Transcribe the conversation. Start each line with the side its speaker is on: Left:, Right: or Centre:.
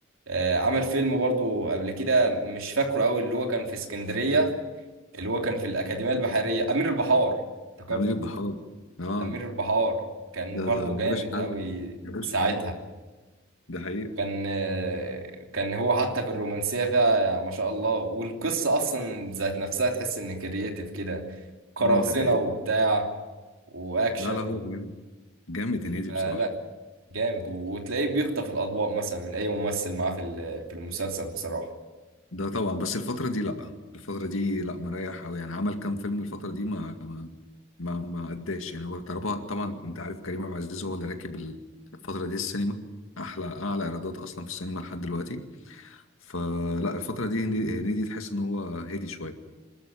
Right: آه، عمل فيلم برضو قبل كده مش فاكره قوي اللي هو كان في اسكندريه اللي هو كان في الاكاديميه البحريه امير البحار افتكرته
Left: عميل البحار اه
Right: أمير البحار كان
Left: ده
Right: برضو
Left: ده
Right: جامد
Left: ملوش حل
Right: قوي
Left: ملوش
Right: ساعتها
Left: حل ده حقيقه
Right: وكان كان هو حتى في الرومانسية فيها يعني ما شاء الله والقصة أصلا ذات نفسها تحس إن كرييتيف كده قراصنة
Left: اه ده حقيقه
Right: وبتاع وأكشن
Left: لا لا هو
Right: و...
Left: جامد جامد هنيدي
Right: فلا
Left: بصراحه
Right: جامد وتلاقيه بيخطف الأضواء مثلا من أي ممثل معاه في ال- في المسلسل بصراحة
Left: ده طبعا بس الفترة دي لأ الفترة دي لأ مريح أوي يعني عمل كام فيلم الفترة دي ما ما ما ما أداش يعني هو طبعا طبعا أنت عارف كريم عبد العزيز هو اللي راكب ال- الفترة دي السينما أحلى أعلى إيرادات أصلا في السينما لحد دلوقتي فلا الفترة دي هني- هنيدي تحس إن هو هادي شوية